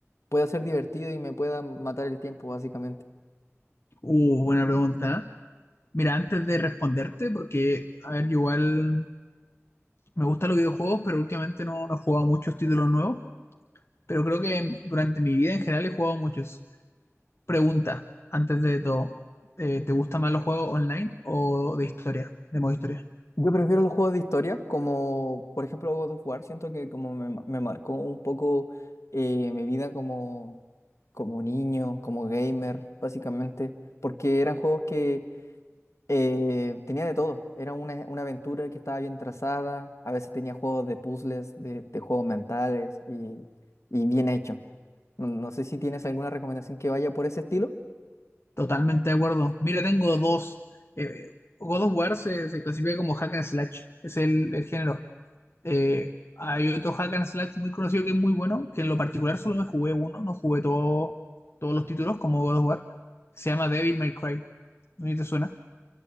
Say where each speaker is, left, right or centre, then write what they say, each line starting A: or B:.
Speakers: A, on the left; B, on the left.
A: pueda ser divertido y me pueda matar el tiempo, básicamente.
B: Uh, buena pregunta. Mira, antes de responderte, porque, a ver, yo igual me gustan los videojuegos, pero últimamente no, no he jugado muchos títulos nuevos, pero creo que durante mi vida en general he jugado muchos. Pregunta, antes de todo, eh, ¿te gustan más los juegos online o de historia, de modo historia?
A: Yo prefiero los juegos de historia, como por ejemplo God of War, siento que como me, ma- me marcó un poco eh, mi vida como, como niño, como gamer, básicamente, porque eran juegos que eh, tenía de todo. Era una, una aventura que estaba bien trazada. A veces tenía juegos de puzzles, de, de juegos mentales y, y bien hecho. No, no sé si tienes alguna recomendación que vaya por ese estilo.
B: Totalmente de acuerdo. Mira, tengo dos. Eh, God of War se, se clasifica como hack and slash, es el, el género. Eh, hay otro hack and slash muy conocido que es muy bueno, que en lo particular solo me jugué uno, no jugué todo- todos los títulos como God of War. Se llama Devil May Cry. ¿No sé si te suena?